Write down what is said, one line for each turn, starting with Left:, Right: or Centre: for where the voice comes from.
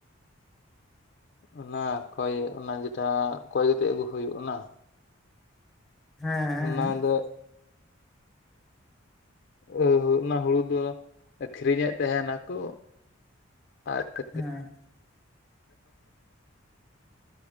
Left: ᱚᱱᱟ ᱠᱚᱭ ᱚᱱᱟ ᱡᱮᱴᱟ ᱠᱚᱭ ᱠᱟᱛᱮᱜ ᱟᱹᱜᱩ ᱦᱩᱭᱩᱜ ᱚᱱᱟᱼᱼ
Centre: ᱦᱮᱸ ᱦᱮᱸ
Left: ᱚᱱᱟ
Centre: ᱦᱮᱸ᱾
Left: ᱫᱚ ᱚᱸᱻ ᱚᱱᱟ ᱦᱩᱲᱩ ᱫᱚ ᱟᱹᱠᱷᱨᱤᱧᱮᱜ ᱛᱮᱦᱮᱸ ᱱᱟᱠᱩ ᱟᱨ <inaudible>
Centre: ᱦᱮᱸ᱾